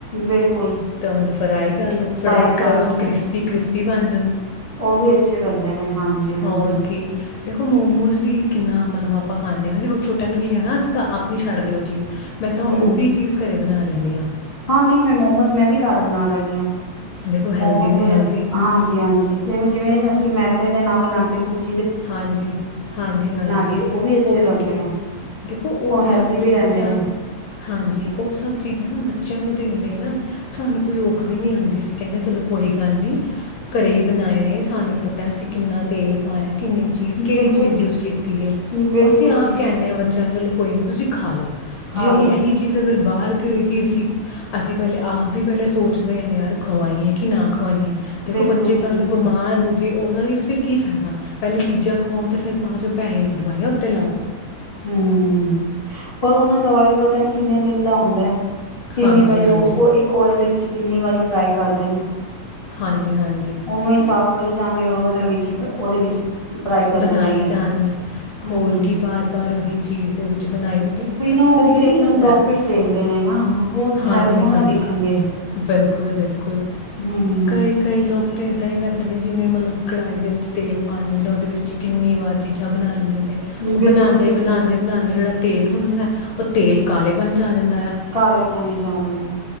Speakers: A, on the left; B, on the left.
A: ਬਿਲਕੁਲ
B: ਤੇ ਉਹਨੂੰ ਫਰਾਈ ਕਰ ਲ
A: ਟਰਾਈ
B: ਥੋੜੇ
A: ਕਰ
B: ਕ੍ਰਿਸਪੀ
A: ਲਓ
B: ਕ੍ਰਿਸਪੀ ਵੀ ਬੰ
A: ਉਹ ਵੀ ਅੱਛੇ ਬੰਦੇ ਨੇ ਹਾਂਜੀ ਹਾਂਜੀ
B: ਹੋਰ ਕੀ ਦੇਖੋ ਮੋਮੋਸ ਵੀ ਕਿੰਨਾ ਮਤਲਬ ਆਪਾਂ ਖਾਂਦੇ ਹਾਂਸੀਂ ਛੋਟਿਆਂ ਨੂੰ ਕੀ ਕਹਿਣਾ ਅਸੀਂ ਆਪ ਨਹੀਂ ਛੱਡਦੇ ਉਹ ਚੀਜ਼ ਮੈਂ ਤਾਂ ਉਹ
A: ਹੂੰ
B: ਵੀ ਚੀਜ਼ ਕਰਰੇ ਬਣਾ ਲੈਂਦੀ ਹਾਂ
A: ਹਾਂ ਨਹੀਂ ਮੈਂ ਮੋਮੋਸ ਮੈਂ ਵੀ ਘਰ ਬਣਾ ਲੈਂਦੀ ਹਾਂ
B: ਦੇਖੋ ਹੈਲਦੀ
A: ਮੋਮੋਸ
B: ਦੇ
A: ਵਗੈਰਾ
B: ਹੈਲਦੀ
A: ਹਾਂਜੀ ਹਾਂਜੀ ਜ ਜਿਵੇਂ ਮੈਦੇ ਦੇ ਨਾਲ ਬਣਾ ਕੇ ਸੂਟ
B: ਹਾਂਜੀ ਹਾਂਜੀ ਹਾਂਜੀ
A: ਲਈਏ ਉਹ ਵੀ ਅੱਛੇ
B: ਹੋਰ
A: ਬਣਦੇ
B: ਕੀ
A: ਨੇ
B: ਦੇਖੋ ਉਹ
A: ਹੈਲਦੀ
B: ਸਭ
A: ਵੀ
B: ਚੀਜ਼ਾਂ
A: ਰਹਿੰਦੇ ਨੇ
B: ਹਾਂਜੀ ਉਹ ਸਭ ਚੀਜ਼ਾਂ ਨਾ ਬੱਚਿਆਂ ਨੂੰ ਦੇਣ ਲਈ ਨਾ ਸਾਨੂੰ ਕੋਈ ਔਖ ਵੀ ਨਹੀਂੀ ਆਉਂਦੀ ਅਸੀਂ ਕਹਿੰਦੇ ਚਲੋ ਕੋਈ ਗੱਲ ਨਹੀਂੀ ਘਰੇ ਹੀ ਬਣਾਏ ਨੇ ਸਾਨੂੰ ਪਤਾ ਅਸੀਂ ਕਿੰਨਾ ਤੇਲ ਪਾਇਆ ਕਿੰਨੀ ਚੀਜ਼ ਕਿਹੜੀ
A: ਬਿਲਕੁਲ
B: ਚੀਜ਼ ਯੂਜ ਕੀਤੀ ਹੈ
A: ਬਿਲਕੁਲ
B: ਅਸੀਂ ਆਪ
A: ਜੀ
B: ਕਹਿੰਦੇ ਹਾਂ ਬੱਚਿਆਂ ਨੂੰ ਚਲੋ ਕੋਈ ਨੀ ਤੁਸੀਂ ਖਾ ਲਓ
A: ਖਾ
B: ਜੇ
A: ਲਓ
B: ਅਸੀਂ ਇਹੀ ਚੀਜ਼ ਅਗਰ ਬਾਹਰ ਦੀ ਹੋਏਗੀ ਅਸੀ ਠੀ ਅਸੀਂ ਪਹਿਲੇ ਆਪ ਵੀ ਪਹਿਲੇ ਸੋਚਦੇ ਹਾਂ ਯਾਰ ਖਵਾਈਏ ਕਿ ਨਾ ਖਵਾਈਏ ਦੇਖੋ
A: ਬਿਲਕੁਲ
B: ਬੱਚੇ ਕੱਲ
A: ਜੀ ਬਿਲਕੁਲ
B: ਨੂੰ ਬਿਮਾਰ ਹੋ ਗਏ ਉਹਦਾ ਫਿਰ ਕੀ ਫਾਇਦਾ ਪਹਿਲੇ ਚੀਜ਼ਾਂ ਖਵਾਓ ਤੇ ਫੇਿਰ ਬਾਅਦ ਚ ਪੈਸੇ ਦਵਾਈਆਂ ਉੱਤੇ ਲਾਓ
A: ਹਮ ਹ ਪਰ ਉਹਨਾਂ ਦਾ ਆਇਲ ਪਤਾ ਨੀ ਕਿੰਨੇ ਦਿਨ ਦਾ ਹੁੰਦਾ ਹੈ ਕਿੰਨੀ
B: ਹਾਂਜੀ
A: ਵਾਰੀ
B: ਹਾਂਜੀ
A: ਉਹ ਇੱਕ ਆਇਲ ਚ ਕਿੰਨੀ ਵਾਰੀ ਫਰਾਈ ਕਰਦੇ ਨੇ
B: <inaudible>
A: ਉਹਨੂੰ ਹੀ ਸਾਫ਼ ਕਰੀ ਜਾਣਗੇ ਔਰ ਉਹਨੇ ਵਿੱਚ ਉਹਦੇ ਵਿੱਚ
B: <inaudible>
A: ਫਰਾਈ ਕਰਦੇ ਰਹਿੰਦੇ ਨੇ ਹਮ ਵੀ ਨਾ ਉਹ ਤੇ ਆਪਣਾ ਪ੍ਰੋਫਿਟ
B: <inaudible>
A: ਦੇਖਦੇ ਨੇ ਨਾ ਉਹ ਹੈਲਥ ਉਹ ਨਾ ਦੇਖਣਗੇ ਹੂੰ
B: ਲੋਕ ਤਾਂ ਇੱਦਾਂ ਹੀ ਕਰਦੇ ਨੇ ਜਿਵੇਂ ਮਤਲਬ ਕਿ ਕੜਾਹੀ ਦੇ ਵਿੱਚ ਤੇਲ ਪਾ ਲੈਂਦੇ ਨੇ ਉਹਦੇ ਵਿੱਚ ਕਿੰਨੀ ਵਾਰ ਚੀਜ਼ਾਂ ਬਣਾ ਲੈਂਦੇ ਨੇ <unintelligible>
A: ਬਿਲਕੁਲ ਜੀ ਬਿਲਕੁਲ
B: ਤੇਲ ਹੁੰਦਾ ਹੈ ਉਹ ਤੇਲ ਕਾਲੇਪਣ ਚ ਆ ਜਾਂਦਾ ਆ
A: ਕਾਲੇ ਪਾਣੀ ਚ ਆ ਜਾਂਦਾ